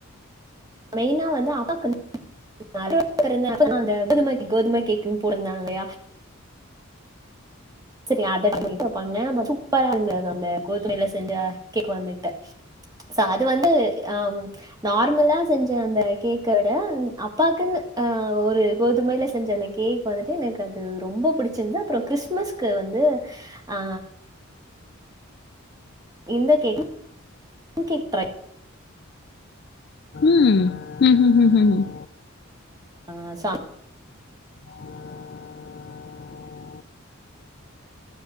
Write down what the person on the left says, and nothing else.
ம் ம் ம் ம் ம்
<inaudible>